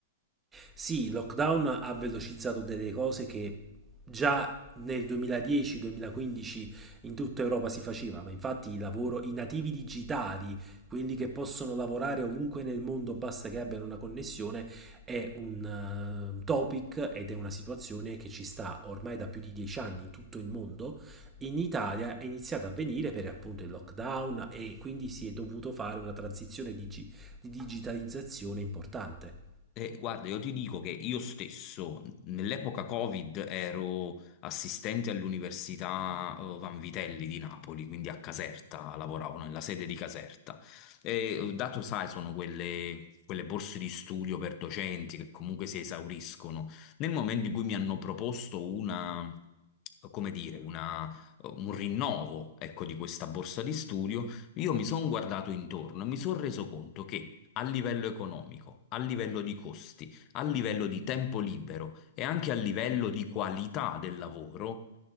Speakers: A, on the right; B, on the left.
A: Sì, il lockdown ha velocizzato delle cose che già nel 2010-2015 in tutta Europa si faceva, ma infatti i lavoro- i nativi digitali, quelli che possono lavorare ovunque nel mondo, basta che abbiano una connessione, è un eh, un topic ed è una situazione che ci sta ormai da più di dieci anni in tutto il mondo. In Italia è iniziata a venire per appunto il lockdown e quindi si è dovuto fare una transizione digi- di digitalizzazione importante.
B: Eh, guarda, io ti dico che io stesso nell'epoca Covid ero assistente all'Università eh, Van Vitelli di Napoli, quindi a Caserta, lavoravo no, nella sede di Caserta. E, eh, dato, sai, sono quelle, quelle borse di studio per docenti che comunque si esauriscono. Nel momento in cui mi hanno proposto una, come dire, una- un rinnovo, ecco, di questa borsa di studio, io mi sono guardato intorno e mi sono reso conto che a livello economico, a livello di costi, a livello di tempo libero e anche a livello di qualità del lavoro,